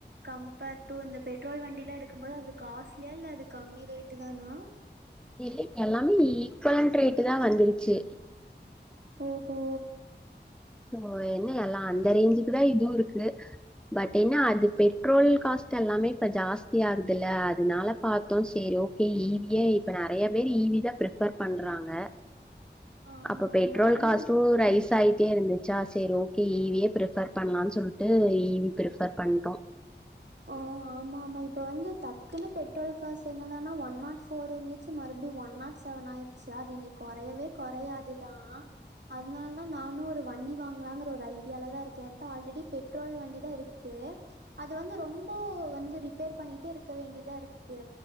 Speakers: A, on the right; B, in the centre.
A: கம்பேர் டு இந்த பெட்ரோல் வண்டிலாம் எடுக்கும்போது அது காஸ்ட்லியா இல்ல அது கம்மி ரேட்டு தானா
B: இல்ல இப்ப எல்லாமே ஈக்குவல் ரேட்டு தான் வந்துச்சு
A: ஓஹோ
B: சோ என்ன எல்லாம் அந்த ரேஞ்சுக்கு தான் இதுவும் இருக்கு பட் என்ன அது பெட்ரோல் காஸ்ட் எல்லாமே இப்ப ஜாஸ்தி ஆகுதுல்ல அதனால பாத்தோம் செரி ஈவியே இப்ப நெறைய பேர் ஈவி தான் பிரிஃபேர் பண்றாங்க
A: ஆமா
B: அப்ப பெட்ரோல்
A: ஆமா ஏன்னா
B: காஸ்டு ரைஸ் சைடே இருந்துச்சா சரி ஓகே ஈவியே பிரிஃபேர் பண்லான் சொல்ட்டு ஈவி பிரிஃபேர் பண்டோ
A: ஓ ஆமா ஆமா இப்போ வந்து டக்குன்னு பெட்ரோல் காசு என்னடான்னா ஒன் நாட் ஃபோர் இருந்துச்சு மறுபடியடி ஒன் நாட் செவன் ஆயிரு ச்சி இனி கொறையவே கொறையாதுதா அதனால தான் நானு ஒரு வண்டி வாங்கலாங்கிற ஒரு ஐடியால தான் இருக்கே என்ட ஆல்ரெடி பெட்ரோல் வண்டி தான் இருக் கு அது வந்து ரொம்ப வந்து ரிப்பேர் பண்ணிட்டே இருக்க வேண்டியதா இருக்கு